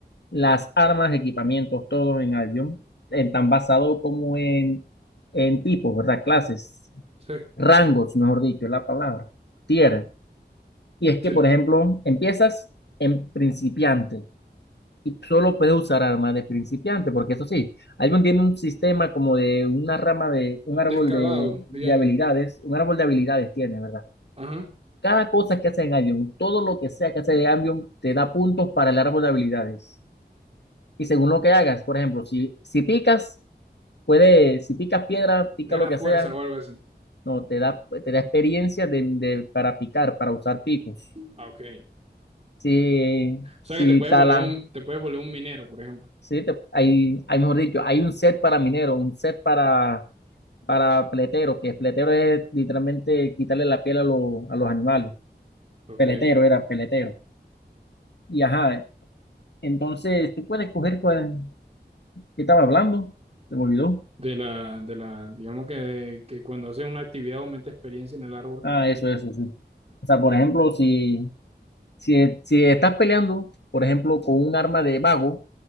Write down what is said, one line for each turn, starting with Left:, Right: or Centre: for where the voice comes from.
Left: las armas, equipamientos, todo en avión, en tan basado como en, en tipos, ¿verdad? Clases,
Right: Sí.
Left: rangos, mejor dicho, es la palabra, tier. Y es que,
Right: Sí,
Left: por ejemplo, empiezas en principiante. y solo puedes usar armas de principiante, porque eso sí, Albion tiene un sistema como de una rama de un árbol
Right: descalado,
Left: de, de
Right: digamos.
Left: habilidades, un árbol de habilidades tiene, ¿verdad?
Right: Ajá.
Left: Cada cosa que hace en Albion, todo lo que sea que hace de Albion, te da puntos para el árbol de habilidades. Y según lo que hagas, por ejemplo, si, si picas, puede, si picas piedra, pica
Right: Gana
Left: lo que
Right: fuerza
Left: sea,
Right: o algo así.
Left: no, te da, te da experiencia de, de- para picar, para usar picos.
Right: Ah, ok. O
Left: Si,
Right: sea
Left: si
Right: que te puedes
Left: talas,
Right: volver un, te puedes volver un minero, por ejemplo.
Left: Sí, te- hay, hay, mejor dicho, hay un set para minero, un set para, para peletero, que peletero es literalmente quitarle la piel a, lo- a los animales.
Right: Ok.
Left: Peletero era peletero. Y ajá, entonces tú puedes coger cuál, ¿qué estaba hablando? ¿Se me olvidó?
Right: De la, de la, digamos que, que cuando haces una actividad aumenta experiencia en el árbol.
Left: Ah, eso, eso, sí. O sea, por ejemplo, si, si, si estás peleando, por ejemplo, con un arma de vago,